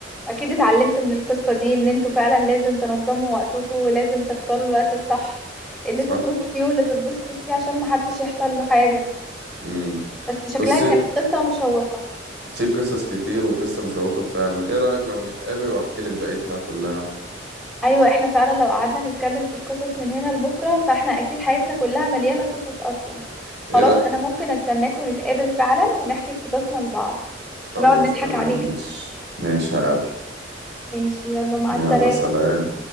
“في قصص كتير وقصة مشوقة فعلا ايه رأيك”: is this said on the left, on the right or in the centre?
Right